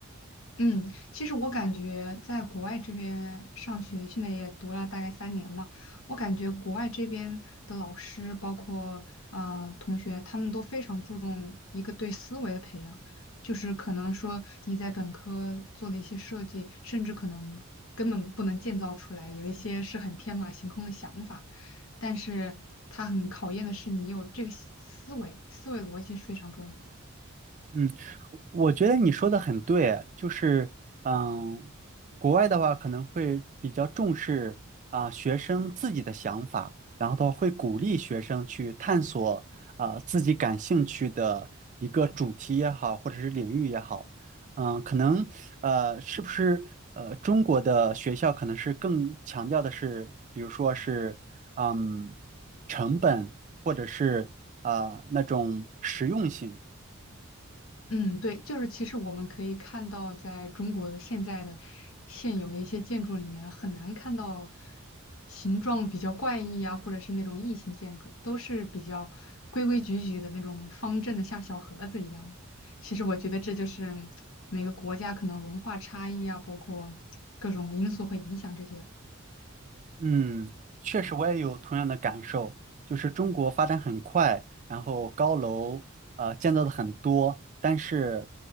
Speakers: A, on the left; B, on the right.
A: 嗯，其实我感觉在国外这边上学，现在也读了大概三年嘛，我感觉国外这边的老师，包括呃同学，他们都非常注重一个对思维的培养，就是可能说你在本科做的一些设计，甚至可能根本不能建造出来，有一些是很天马行空的想法，但是它很考验的是你有这个思思维，思维逻辑是非常重要的。
B: 嗯，我觉得你说的很对，就是嗯，国外的话可能会比较重视啊、学生自己的想法，然后的话会鼓励学生去探索啊、自己感兴趣的一个主题也好，或者是领域也好，嗯，可能呃是不是呃中国的学校可能是更强调的是，比如说是嗯成本或者是啊、那种实用性。
A: 嗯，对，就是其实我们可以看到，在中国现在的现有的一些建筑里面，很难看到形状比较怪异啊，或者是那种异形建筑，都是比较规规矩矩的那种方正的，像小盒子一样。其实我觉得这就是每个国家可能文化差异啊，包括各种因素会影响这些。
B: 嗯，确实我也有同样的感受，就是中国发展很快，然后高楼呃建造的很多，但是